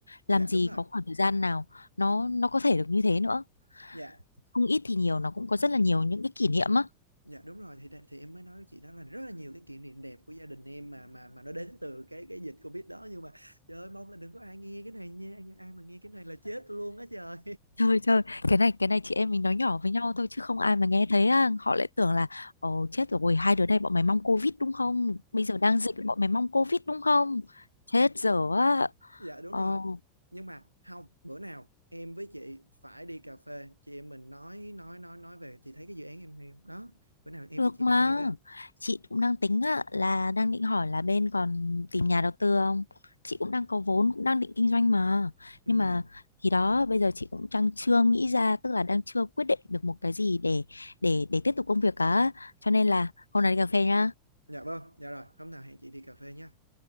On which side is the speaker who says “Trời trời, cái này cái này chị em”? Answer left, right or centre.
Left